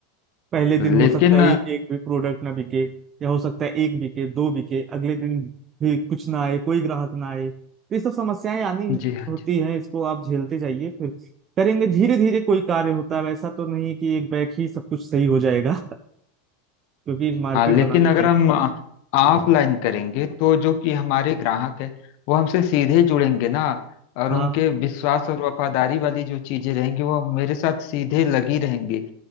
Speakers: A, on the right; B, on the left.
A: पहले दिन हो
B: लेकिन
A: सकता है एक भी प्रोडक्ट ना बिके या हो सकता है एक बिके दो बिके अगले दिन भी कुछ ना आए कोई ग्राहक ना आए तो ये सब समस्याएं आनी
B: जी हाँ
A: होती हैं इसको आप झेलते जाइए फिर करेंगे धीरे धीरे कोई कार्य होता है वैसा तो नहीं कि एक बैग ही सब कुछ सही हो जाएगा <laughs> क्योंकि मार्केट
B: हाँ लेकिन
A: बनानी
B: अगर
A: पड़ती
B: हम ऑफलाइन
A: है हाँ
B: करेंगे तो जो कि हमारे ग्राहक है वो हमसे सीधे जुड़ेंगे ना और
A: हाँ
B: उनके विश्वास और वफादारी वाली जो चीजें रहेंगी वो मेरे साथ सीधे लगी रहेंगी